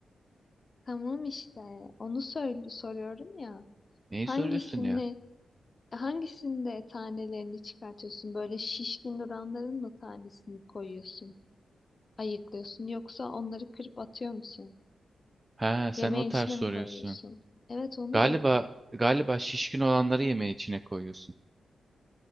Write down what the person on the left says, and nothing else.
Tamam işte onu söyle, soruyorum ya.
Hangisini
hangisinde tanelerini çıkartıyorsun? Böyle şişkin duranların mı tanesini koyuyorsun? ayıklıyorsun yoksa onları kırıp atıyor musun?
Yemeğin
içine
mi koyuyorsun? Evet onu
diyorum.